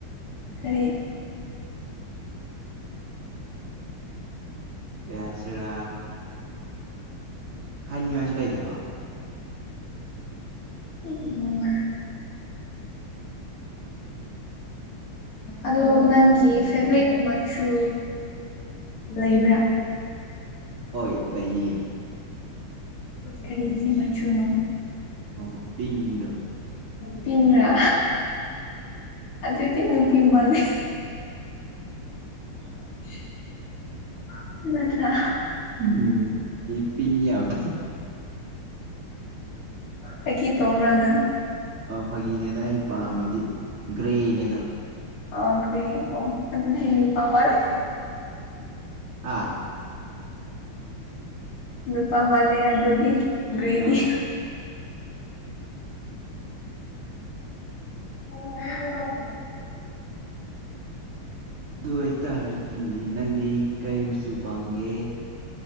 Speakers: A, on the left; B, on the right.
A: ꯀꯔꯤ <inaudible>
B: ꯀꯩ ꯍꯥꯏꯁꯤꯔꯥ ꯍꯥꯏꯅꯤꯡꯉꯥꯏꯁꯨ ꯂꯩꯇꯕ
A: ꯎꯝ ꯑꯣ ꯅꯪꯒꯤ ꯐꯦꯚꯔꯤꯠ ꯃꯆꯨ ꯂꯩꯕ꯭ꯔꯥ
B: ꯍꯣꯏ ꯂꯩꯌꯦ
A: ꯀꯔꯤ ꯃꯆꯨꯅꯣ
B: ꯑꯣ ꯄꯤꯡꯗꯣ
A: ꯇꯤꯟꯉ ꯑꯗꯨꯏꯗꯤ ꯅꯨꯄꯤ ꯃꯥꯜꯂꯦ <unintelligible> ꯅꯠꯇ꯭ꯔꯥ
B: ꯎꯝ ꯑꯩ ꯄꯤꯉꯌꯥꯕ
A: ꯑꯩꯒꯤ ꯇꯧꯕ꯭ꯔꯥꯅ
B: ꯐꯥꯒꯤꯅꯦꯗ ꯑꯩ ꯄꯥꯝꯃꯤꯗꯤ ꯒ꯭ꯔꯦꯅꯦꯗ
A: ꯑꯈꯦ ꯑꯣ ꯑꯗꯨ ꯊ ꯅꯨꯄꯥꯋꯥꯁ
B: ꯑꯥ
A: ꯅꯨꯄꯥ ꯃꯥꯂꯦ ꯑꯗꯨꯗꯤ ꯒ꯭ꯔꯔꯤꯗꯤ
B: ꯑꯥ
A: <unintelligible>
B: ꯑꯗꯨ ꯑꯣꯏꯇꯥꯔꯗꯤ ꯅꯪꯗꯤ ꯀꯔꯤ ꯃꯆꯨ ꯄꯥꯝꯒꯦ